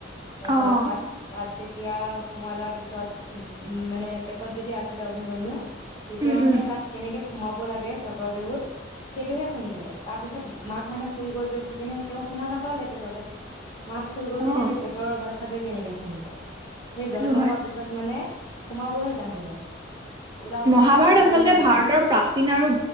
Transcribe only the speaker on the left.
তৰিচত
তাত তাত যে তেতিয়া সোমোৱাই লোৱাৰ পিছত উম, মানে পেটত যেতিয়া আছিলে অভিমন্যু তেতিয়া
মানে
তাত কেনেকে সোমাব লাগে চক্ৰ বিহুত সেইটোহে শুনিলে তাৰ পিছত মাক মানে শুই গ'ল যে সেইকাৰণে তেওঁ শুনা নাপালে পেটতে মাক শুই গল
যেতিয়া এতিয়া পেটৰ টোৱে কেনেকে শুনিব সেই
জন্ম
পোৱা পিছত মানে সুমাবহে জানিলে ওলাবলে
মানে নাজানিলে
নহয়